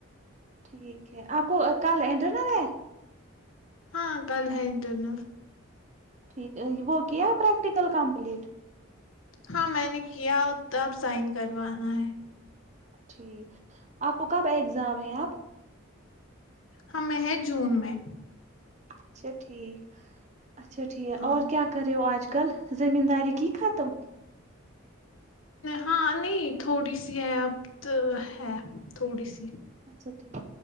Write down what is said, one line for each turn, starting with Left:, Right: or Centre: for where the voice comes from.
Right: ٹھیک آپ کو کل اینڈرن ہے
Left: ہاں کال ہےٹ ن
Right: ٹھیک ہے ج وہ کیا پریک ل کمپلیٹ
Left: ہاں میں نے کیا تب سائن کروانا ہے
Right: جٹھیک آپ کو کب اگزام ہے آپ
Left: ہمیں ہیں جون میں
Right: اچھا ٹھیک اچھا ٹھیک
Left: ہاں
Right: اور کیا کرے ہو آج کل زمینداری کی ختم
Left: ہاں نہیں تھوڑی سی ہے اب تو ہے تھوڑی سی
Right: اچھا ٹھیک